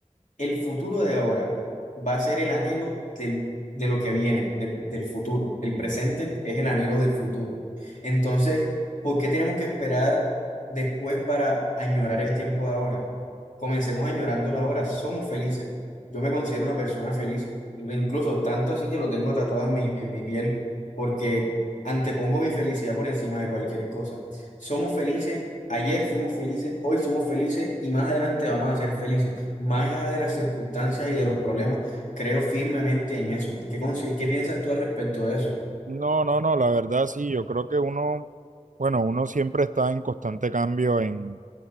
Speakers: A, on the left (about 75°); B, on the right (about 80°).
A: el futuro de ahora va a ser el anhelo del- de lo que viene, de- del futuro. El presente es el anhelo del futuro. Entonces, ¿por qué tenemos que esperar después para añorar el tiempo de ahora? Comencemos añorándolo ahora. Somos felices. Yo me considero una persona feliz, incluso tanto así que lo tengo tatuado en mi, en mi piel, porque antepongo mi felicidad por encima de cualquier cosa. Somos felices. Ayer fuimos felices, hoy somos felices y más adelante vamos a ser felices. Más allá de las circunstancias y de los problemas, creo firmemente en eso. ¿Qué, consi- qué piensas tú al respecto de eso?
B: No, no, no, la verdad sí, yo creo que uno, bueno, uno siempre está en constante cambio en